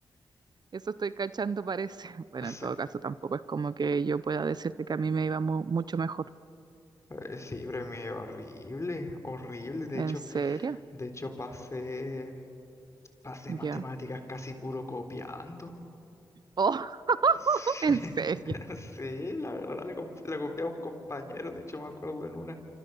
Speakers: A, on the right; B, on the left.
A: Eso estoy cachando, parece. <laughs> Bueno,
B: Sí,
A: en todo caso, tampoco es como que yo pueda decirte que a mí me iba mu- mucho mejor.
B: eh, sí, pero me iba horrible, horrible. De
A: ¿En
B: hecho,
A: serio?
B: de hecho pasé, pasé matemáticas
A: Ya.
B: casi puro copiando.
A: Oh,
B: Sí.
A: <laughs> en serio.
B: <laughs> Sí, la verdad, le, comp- le copié a un compañero, de hecho me acuerdo en una.